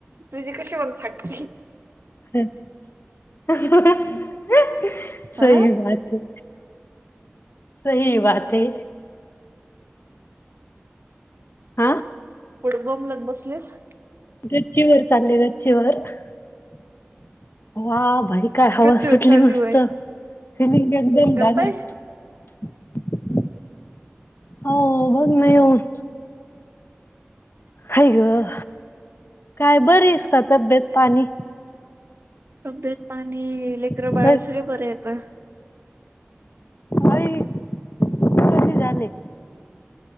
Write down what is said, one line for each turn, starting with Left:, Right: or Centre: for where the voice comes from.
Right: तुझी कशी मग फाटती.
Left: हं हं ही,
Right: हा
Left: सही बात ये.. सही बात हे. आं?
Right: कुड बोंबलत बसलीस?
Left: गच्चीवर चालले, गच्चीवर ह, वाह भाई. काय हवा
Right: गच्चीवर
Left: सुटली,
Right: चालली
Left: मस्त.
Right: होय
Left: फिनिंग <unintelligible> एकदम
Right: गप्प
Left: लाग
Right: आहे
Left: झालं. हो बघ ना येऊन. काय ग? काय बरिस का तब्येत पाणी?
Right: तब्येत पाणी, लेकरं
Left: होय
Right: बाळ सगळे बरे येतं.
Left: आई, कधी झाले?